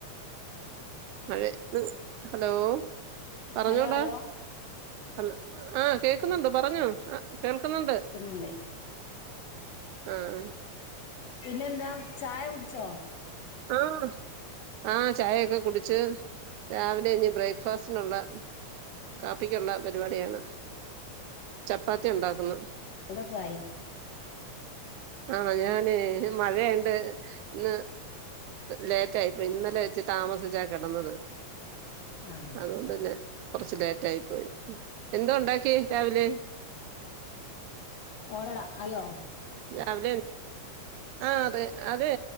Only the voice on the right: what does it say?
മഴ ഹലോ പറഞ്ഞോടാ
ഹലോ ആഹ കേക്കുന്നുണ്ട് പറഞ്ഞോ, കേൾക്കുന്നുണ്ട്
ആഹ് ആഹ്
ആഹ് ആഹ ചായൊക്കെ കുടിച്ച്, രാവിലെ ഇഞ്ഞ് ബ്രേക്ക്ഫാസ്റ്റിനുള്ള കാപ്പിക്കുള്ള പരിപാടിയാണ്. ചപ്പാത്തി ഉണ്ടാക്കുന്നത്
ആണെ, ഞാന മഴയുണ്ട് ഇന്ന് ലേയിറ്റായിപ്പോയി. ഇന്നലെ വെച്ച് താമസിച്ചാ കിടന്നത്
അതുകൊണ്ട്ന്നെ കൊറച്ച് ലേറ്റ് ആയി പോയി. എന്തോ ഉണ്ടാക്കി രാവിലെ
രാവിലെ ആഹ് അതെ അതെ